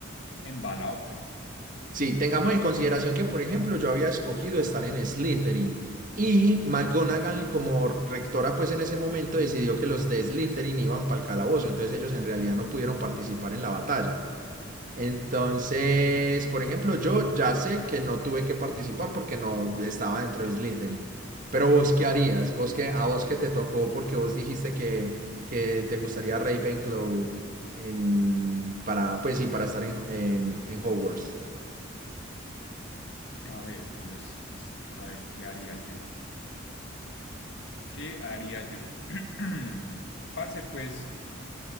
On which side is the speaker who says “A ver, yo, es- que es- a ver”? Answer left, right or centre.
Left